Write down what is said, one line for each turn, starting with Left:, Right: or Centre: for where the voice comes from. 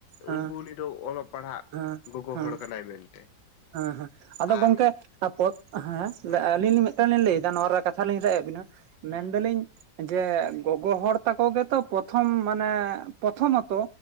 Right: ᱦᱮᱸ
Left: ᱩᱱᱠᱩ ᱫᱚ ᱚᱞᱚᱜ ᱯᱟᱲᱦᱟᱜ
Right: ᱦᱮᱸ
Left: ᱜᱚᱜᱚ
Right: ᱦᱮᱸ
Left: ᱦᱚᱲ ᱠᱟᱱᱟᱭ ᱢᱮᱱᱛᱮ
Right: ᱦᱮᱸ ᱦᱮᱸ ᱟᱫᱚ
Left: ᱟᱨ
Right: ᱜᱚᱝᱠᱮ ᱛᱟᱯᱚ ᱦᱮᱸ
Left: ᱦᱳᱭ
Right: ᱟᱹᱞᱤᱧ ᱞᱤᱧ ᱞᱤᱧ ᱞᱟᱹᱭᱫᱟ ᱱᱚᱣᱟ ᱨᱮᱭᱟᱜ ᱠᱟᱛᱷᱟ ᱞᱤᱧ ᱨᱡ ᱮᱫ ᱵᱮᱱᱟ ᱢᱮᱱᱫᱟᱞᱤᱧ
Left: ᱦᱩᱸ
Right: ᱡᱮ ᱜᱚᱜᱚ ᱦᱚᱲ ᱛᱟᱠᱚ ᱜᱮᱛᱚ ᱯᱨᱚᱛᱷᱚᱢ ᱢᱟᱱᱮ ᱯᱨᱚᱛᱷᱚᱢ- ᱛᱚ